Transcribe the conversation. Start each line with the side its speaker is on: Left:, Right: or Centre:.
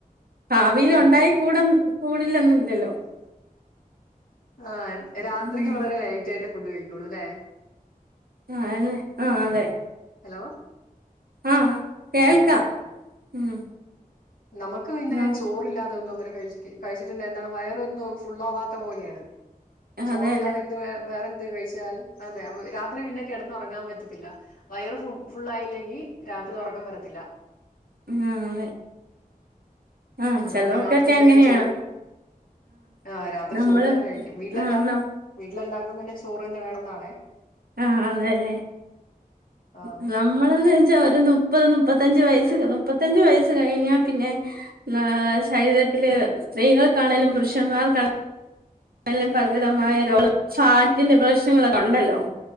Right: ഭാവിലു
Left: ഉം
Right: ണ്ടായി കൂട കൂടില്ലന്നില്ലല്ലോ
Left: ആഹ് രാത്രിക്ക്
Right: ഉം
Left: വളരെ ലൈറ്റാ യിട്ടെ ഫുഡ് കഴിക്കുള്ളുല്ലേ
Right: ഞാന് ആഹ് അതെ
Left: ഹലോ
Right: ആഹ് കേൾക്ക
Left: ആഹ്
Right: ഉം
Left: നമക്ക് പിന്നെ
Right: ആഹ്
Left: ചോ ല്ലാതെ ഒന്നു അങ്ങനെകഴിച്ചിക്കി കഴിച്ചിട്ടില്ല എന്നാൽ വയറൊന്നും ഫുള്ളാവാത്ത പോലെയാണ് ചോറല്ലാതെ
Right: അതെല്ലേ
Left: എന്ത് വേറെന്ത് കഴിച്ചാലും അതെ രാത്രി പിന്നെ കെടന്നുറങ്ങാൻ പറ്റത്തില്ല വയറ് ഫു ഫുുള്ളായില്ലെങ്കി രാത്രി ഒറക്കം വരത്തില്ല
Right: ആഹ് അതെ ആഹ്
Left: അതുകൊണ്ട്
Right: ചിലർക്കൊക്കെ
Left: രാത്രി എന്തായാലും
Right: അങ്ങനെയാണ്
Left: ചോർ ആഹ് രാത്രി
Right: നമ്മള്
Left: ചോറ് തന്നെ കഴിക്കും വീട്ടിലെല്ലാ
Right: ആഹ്
Left: വീട്ടിലെല്ലാർക്കും പിന്നെ ചോറ് തന്നെ വേണംന്നാണെ
Right: ആഹ് അതെല്ലേ
Left: ആഹ്
Right: അലോ മ്മളന്ന് വെച്ചാ ഒരു നുപ്പത് നുപ്പത്തഞ്ചു വയസ്സ് നുപ്പത്തഞ്ചു വയസ്സ് കഴിഞ്ഞാ പിന്നെ ന്നാ ശരീരത്തില് സ്ത്രീകൾക്കാണെലും പുരുഷന്മാർക്കാ അലും പലവിധമായ രോഗ ളുംഫാറ്റിന്റെ പ്രശ്നങ്ങളൊക്കെ ഉണ്ടല്ലോ